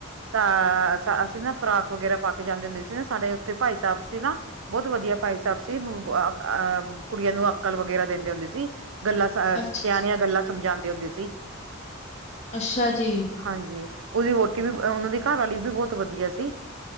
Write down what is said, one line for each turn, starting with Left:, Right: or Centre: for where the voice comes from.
Right: ਤਾਂ ਅਸੀਂ ਨਾ ਫਰਾਕ ਵਗੈਰਾ ਪਾ ਕੇ ਜਾਂਦੇ ਹੁੰਦੇ ਸੀ ਨਾ ਸਾਡੇ ਉੱਥੇ ਭਾਈ ਸਾਹਿਬ ਸੀ ਨਾ ਬਹੁਤ ਵਧੀਆ ਭਾਈ ਸਾਹਿਬ ਸੀ ਅਹ ਕੁੜੀਆਂ ਨੂੰ ਅਕਲ ਵਗੈਰਾ ਦਿੰਦੇ ਹੁੰਦੇ ਸੀ। ਗੱਲਾਂ ਸ
Left: ਅੱਛਾ
Right: ਸਿਆਣੀਆਂ
Left: ਜੀ,
Right: ਗੱਲਾਂ ਸਮਝਾਉਂਦੇ ਹੁੰਦੇ ਸੀ।
Left: ਅੱਛਾ ਜੀ।
Right: ਹਾਂਜੀ ਉਹਦੀ ਵੋਟੀ ਵੀ ਉਹਨਾਂ ਦੀ ਘਰ ਵਾਲੀ ਵੀ ਬਹੁਤ ਵਧੀਆ ਸੀ।